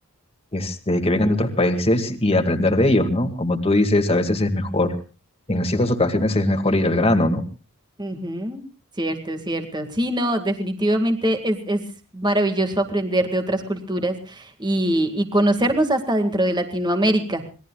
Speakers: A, on the left; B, on the right.
A: este, que vengan de otros países y aprender de ellos, ¿no? Como tú dices, a veces es mejor, en ciertas ocasiones es mejor ir al grano, ¿no?
B: Ujú. Cierto, cierto. Sí, no, definitivamente es, es maravilloso aprender de otras culturas y, y conocernos hasta dentro de Latinoamérica.